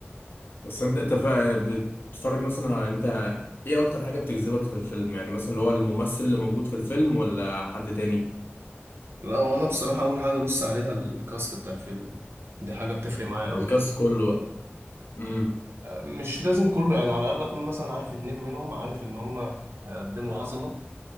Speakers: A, on the left; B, on the right.
A: بس انت انت فا- بتتفرج مثلا على انت ايه اكتر حاجه بتجذبك في الفيلم يعني مثلا اللي هو الممثل اللي موجود في الفيلم ولا حد تاني
B: لا وانا بصراحه اول حاجه ابص عليها الكاست بتاع الفيلم دي حاجه بتفرق معايا قوي
A: الكاست كله بقى امم
B: مش لازم كله يعني على الاقل اكون مثلا عارف اتنين منهم عارف ان هما هيقدموا عظمه